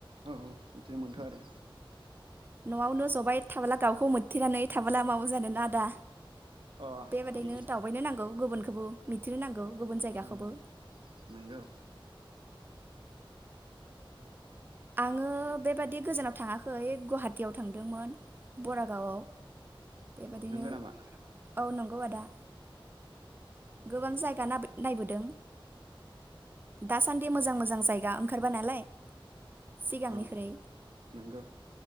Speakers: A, on the right; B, on the right.
A: औ औ बिदिनो मोनथो आरो
B: न'आवनो जबाय थाबोला गावखौ मोनथेनानै थाबोला माबा जादों ना आदा
A: अ
B: बेबायदिनो
A: बिदि
B: दावबायनो नांगौ गुबुन औ मिथिनो नांगौ गुबुन जायगाखौबो
A: हाना नंगौ
B: आङो बेबादि गोजानाव थाङाखै गुवाहाटियाव थांदोंमोन बरागावआव बेबायादिनो
A: औ नंगौ नामा
B: औ नं अआदा गोबां जायगा नाब नायबोदों दासान्दि
A: अ
B: मोजां -मोजां जायगा आंखारबाय नालाय सिगांनिख्रुइ
A: औ नोंगौ